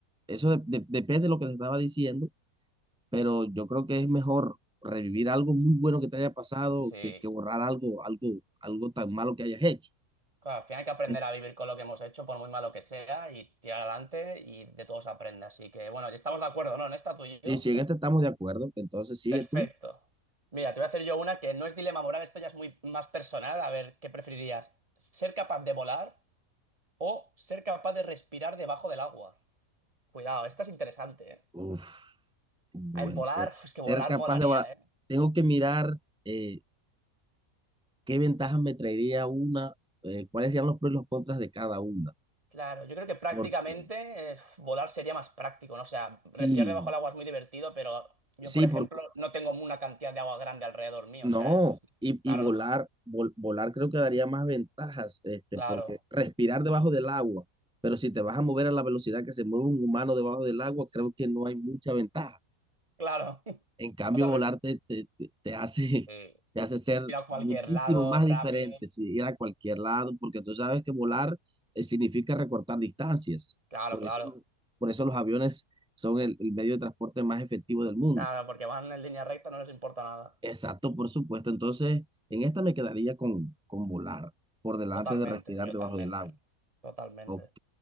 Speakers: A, in the centre; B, on the right (about 25°).
A: eso de- de- depende de lo que te estaba diciendo pero yo creo que es mejor revivir algo muy bueno que te haya pasado
B: Sí.
A: que, que borrar algo, algo, algo tan malo que hayas hecho.
B: Claro, al final hay que aprender
A: En-
B: a vivir con lo que hemos hecho, por muy malo que sea, y tirar adelante y de todo se aprende. Así que, bueno, estamos de acuerdo, ¿no? En esta tú y yo.
A: Sí, si en este estamos de acuerdo, entonces
B: <laughs>
A: sigue
B: Perfecto.
A: tú.
B: Mira, te voy a hacer yo una que no es dilema moral, esto ya es muy más personal. A ver, ¿qué preferirías? ¿Ser capaz de volar o ser capaz de respirar debajo del agua? Cuidado, esta es interesante, ¿eh?
A: Uf, bueno,
B: A ver, volar,
A: ser,
B: pues que
A: ser
B: volar
A: capaz
B: molaría,
A: de borrar.
B: ¿eh?
A: Tengo que mirar eh, qué ventajas me traería una, eh, cuáles serían los pros y los contras de cada una.
B: Claro, yo creo que prácticamente
A: Porque
B: eh, volar sería más práctico, ¿no? O sea, respirar
A: sí,
B: debajo del agua es muy divertido, pero yo,
A: sí,
B: por ejemplo,
A: porque
B: no tengo una cantidad de agua grande alrededor mío,
A: No,
B: o sea, eh,
A: y,
B: claro,
A: y volar,
B: no-
A: vol- volar creo que daría más ventajas, este,
B: claro,
A: porque respirar debajo del agua, pero si te vas a mover a la velocidad que se mueve un humano debajo del agua, creo que no hay mucha ventaja.
B: claro. <laughs>
A: En cambio,
B: Vas a re-
A: volar te, te, te- te hace,
B: Sí.
A: <laughs> te hace ser
B: ir a cualquier
A: muchísimo
B: lado
A: más
B: rápido.
A: diferente si ir a cualquier lado, porque tú sabes que volar, eh, significa recortar distancias.
B: Claro,
A: Por
B: claro,
A: eso, por eso los aviones son el el medio de transporte más efectivo del mundo.
B: claro, porque van en línea recta, no les importa nada.
A: Exacto, por supuesto. Entonces, en esta me quedaría con, con volar, por delante
B: Totalmente,
A: de respirar
B: yo
A: debajo
B: totalmente,
A: del agua.
B: totalmente,
A: Ok.